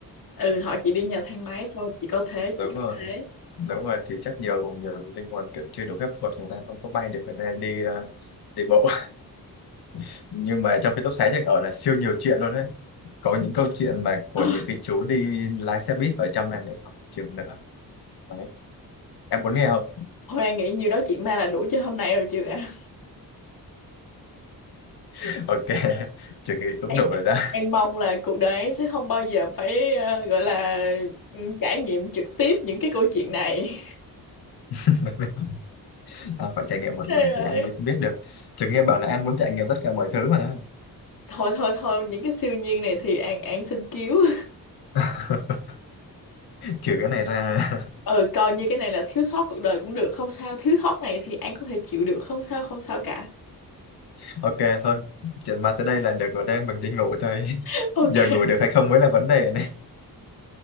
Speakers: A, on the left; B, on the left.
A: ừ họ chỉ đi nhờ thang máy thôi chỉ có thế chỉ
B: đúng
A: có
B: rồi
A: thế
B: đúng rồi thì chắc nhiều nhiều linh hồn kiểu chưa đủ phép thuật người ta không có bay được người ta đi ờ, đi bộ <laughs> nhưng mà trong cái tốc xá Trạch ở là siêu nhiều chuyện luôn đấy có những câu chuyện mà của
A: Ờ,
B: những cái chú đi lái xe buýt ở trong này này học trường nữa đấy. em muốn nghe không
A: thôi An nghĩ nhiêu đó chuyện ma là đủ cho hôm nay rồi trường ạ
B: <laughs> ok trường nghĩ cũng
A: An
B: đủ rồi đó
A: An mong là cuộc đời An sẽ không bao giờ phải ờ, gọi là ừ, trải nghiệm trực tiếp những cái câu chuyện này.
B: <laughs> anh phải trải nghiệm một
A: <laughs> Trời
B: lần
A: ơi.
B: thì anh mới biết được trường nghe bảo là anh muốn trải nghiệm tất cả mọi thứ mà
A: Thôi thôi thôi, những cái siêu nhiên này thì An An xin cứu.
B: <laughs> trừ cái này ra
A: Ừ, coi như cái này là thiếu sót cuộc đời cũng được, không sao. Thiếu sót này thì An có thể chịu được, không sao, không sao cả.
B: <laughs> ok thôi chuyện ma tới đây là được rồi đây mình đi ngủ thôi
A: <laughs>
B: <laughs> giờ ngủ được hay không mới là vấn đề